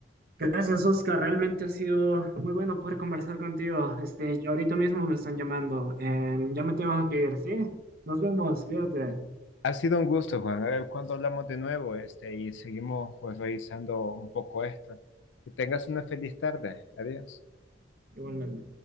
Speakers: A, on the right; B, on the left.
A: Gracias, Oscar. Realmente ha sido muy bueno poder conversar contigo. Este, y ahorita mismo me están llamando. Em, ya me tengo que ir, ¿sí? Nos vemos, fíjate.
B: Ha sido un gusto, Juan. A ver cuándo hablamos de nuevo, este, y seguimos pues revisando un poco esto. Que tengas una feliz tarde. Adiós.
A: Igualmente.